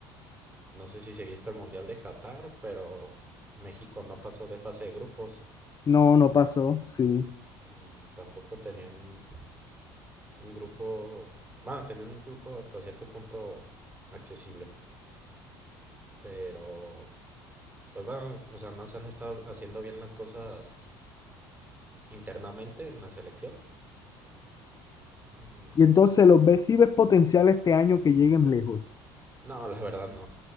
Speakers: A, on the right (about 15°); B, on the left (about 35°).
A: No sé si seguiste el mundial de Qatar, pero México no pasó de fase de grupos
B: No, no pasó, sí.
A: y tampoco tenían un grupo, bueno, teniendo un grupo hasta cierto punto accesible, pero pues bueno, o sea, no se han estado haciendo bien las cosas internamente en la selección. Mm,
B: Y entonces, ¿los ves si ves potencial este año que lleguen lejos?
A: No, la verdad no.